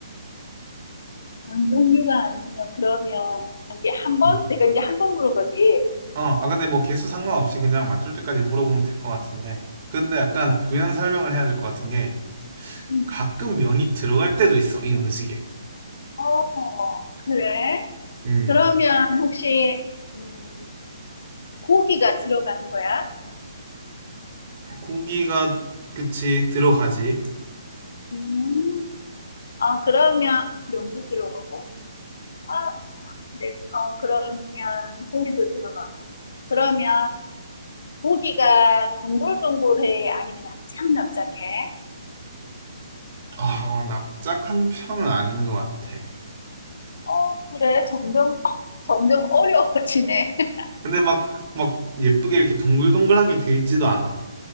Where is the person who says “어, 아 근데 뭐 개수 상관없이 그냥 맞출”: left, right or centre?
Right